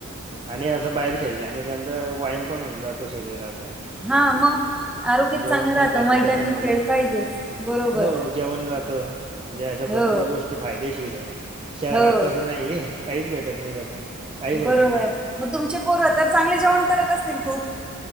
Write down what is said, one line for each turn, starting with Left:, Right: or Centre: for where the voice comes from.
Right: आणि असं बाहेर खेळल्याने आणि त्याचा व्यायाम पण होऊन जातो शरीराचा.
Centre: हा मग आरोग्यच
Right: जेवण
Centre: चांगलं
Right: पण
Centre: राहतं.
Right: जात
Centre: मैदानी
Right: त्याच्यामुळे
Centre: खेळ पाहिजेच. बरोबर.
Right: हो जेवण जात. म्हणजे अशा
Centre: हो,
Right: भरपूर गोष्टी फायदेशीर आहे शहरात
Centre: हो.
Right: तसं नाही आहे. काहीच भेटत नाही तसं काहीच होत
Centre: बरोबर.
Right: नाही.
Centre: मग तुमचे पोरं तर चांगले जेवण करत असतील खूप.